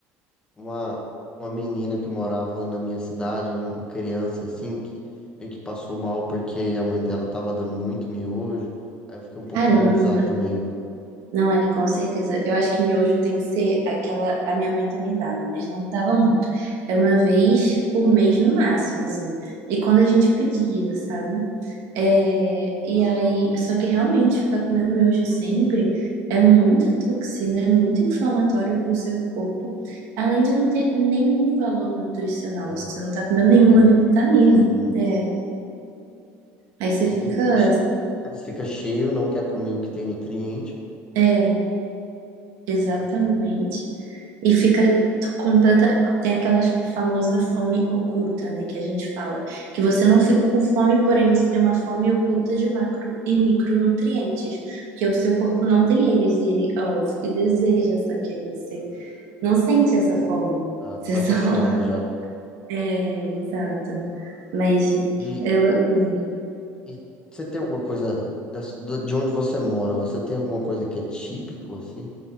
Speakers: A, on the left; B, on the right.
A: uma, uma menina que morava na minha cidade, uma criança assim, que meio que passou mal porque a mãe dela tava dando muito miojo. Aí eu fiquei um pouco
B: Caramba.
A: traumatizado também.
B: Não é, com certeza. Eu acho que miojo tem que ser aquela. A minha mãe também dava, mas não dava muito. Era uma vez por mês no máximo, assim. E quando a gente pedia, sabe? É, e aí, só que realmente ficar comendo miojo sempre é muita toxina, é muito inflamatório para o seu corpo, além de não ter nenhum valor nutricional.
A: Ah,
B: Você não tá comendo
A: esse
B: nenhuma
A: é o pior.
B: vitamina.
A: Uhum.
B: É, aí você
A: Aí
B: fica.
A: você fica, aí você fica cheio, não quer comer o que tem nutriente.
B: É, exatamente.
A: Esse é o pior.
B: E fica completa. Tem aquela famosa fome oculta, né? Que a gente fala. Que você não fica com fome, porém você tem uma fome oculta de macro e micronutrientes. Porque o seu corpo não tem eles e ele, é óbvio, que deseja, só que aí você não sente essa fome.
A: Tá, tá
B: Você só.
A: saciado
B: <laughs>
A: já.
B: É, exato. Mas
A: E,
B: é loucura.
A: e você tem alguma coisa da, da- de onde você mora? Você tem alguma coisa que é típico, assim?